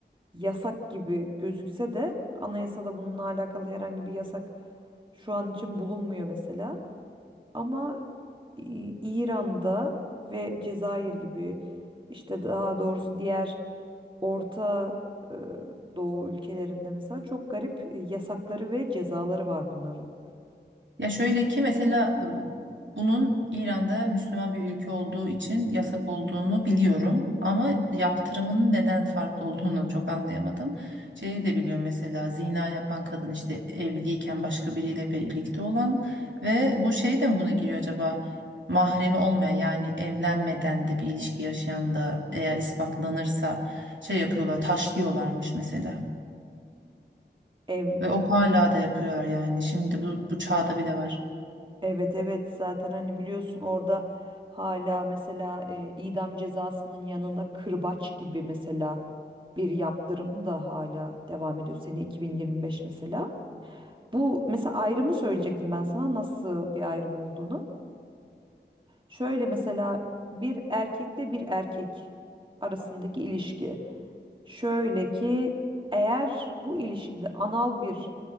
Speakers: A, on the right; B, on the right.
A: yasak gibi gözükse de anayasada bununla alakalı herhangi bir yasak şu an için bulunmuyor mesela. Ama İ- İran'da ve Cezayir gibi işte daha doğrusu diğer Orta e, Doğu ülkelerinde mesela çok garip e, yasakları ve cezaları var bunların.
B: Ya şöyle ki mesela e, bunun İran'da Müslüman bir ülke olduğu için yasak olduğunu biliyorum ama yaptırımının neden farklı olduğunu çok anlayamadım. Şeyi de biliyorum mesela zina yapan kadın işte evliyken başka biriyle birlikte olan ve bu şey de mi buna giriyor acaba? Mahremi olmayan yani evlenmeden de bir ilişki yaşayan da eğer ispatlanırsa şey yapıyorlar taşlıyorlarmış mesela.
A: Ev,
B: Ve o hala da yapıyorlar yani şimdi bu, bu çağda bile var.
A: evet evet zaten hani biliyorsun orada hala mesela e, idam cezasının yanında kırbaç gibi mesela bir yaptırım da hala devam ediyor sene 2025 mesela. Bu mesela ayrımı söyleyecektim ben sana nasıl bir ayrım olduğunu. Şöyle mesela bir erkekle bir erkek arasındaki ilişki. Şöyle ki eğer bu ilişkide anal bir